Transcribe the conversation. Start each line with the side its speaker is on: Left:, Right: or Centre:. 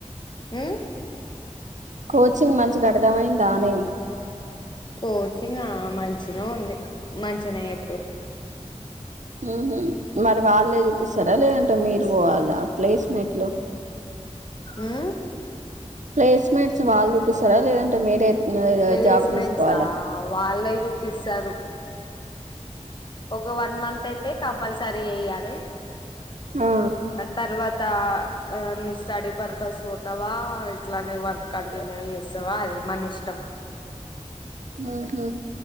Left: ఆమ్
Right: కోచింగ్ మంచిగా అర్థమైందానే
Left: కోచింగ్ ఆ మంచినే ఉంది మంచిగానే చెప్తురు
Right: ఉహుమ్ మరి వాళ్ళే చూపిస్తారా లేదంటే మీరు పోవాలా ప్లేస్ మెంట్లు
Left: ఆమ్
Right: ప్లేస్మెంట్స్ వాళ్ళు చూపిస్తారా లేదంటే మీరే
Left: ప్లేస్మెంట్సా
Right: జాబ్ చూసుకోవాలా
Left: ఆ వాళ్ళే చూపిస్తారు ఒక వన్ మంత్ అయితే కంపల్సర సరి వెయ్యాలి
Right: ఆ
Left: ఆ తర్వాత తా నీ స్టడీ పర్పస్ పోతావా ఇట్లానే వర్క్ కంటిన్యూ చేస్తావా అది మన ఇష్టం
Right: ఉహు